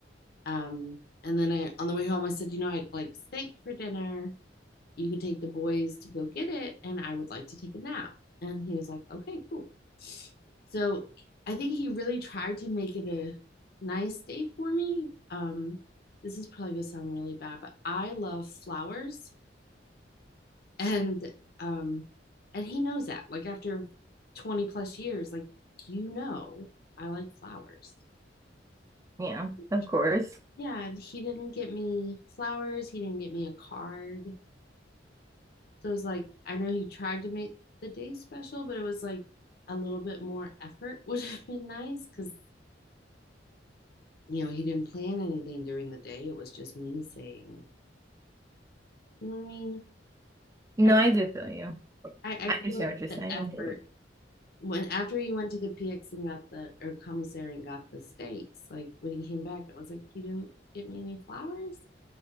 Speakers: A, on the left (about 55°); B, on the right (about 15°).
A: Um, and then I, on the way home, I said, you know, I'd like steak for dinner you could take the boys to go get it and I would like to take a nap. And he was like, okay, cool. So I think he really tried to make it a nice day for me. Um, this is probably gonna sound really bad, but I love flowers and um and he knows that. Like after 20 plus years, like you know I like flowers.
B: Yeah, of
A: He-
B: course.
A: yeah, and he didn't get me flowers, he didn't get me a card. So it was like, I know he tried to make the day special, but it was like a little bit more effort <laughs> would have been nice because, you know, he didn't plan anything during the day. It was just me saying, you know what I mean?
B: No,
A: I,
B: I do feel you.
A: I, I
B: I
A: feel
B: understand
A: like
B: what you're saying.
A: the effort when after he went to the PX and got the or commissary and got the steaks, like when he came back, I was like, You didn't get me any flowers?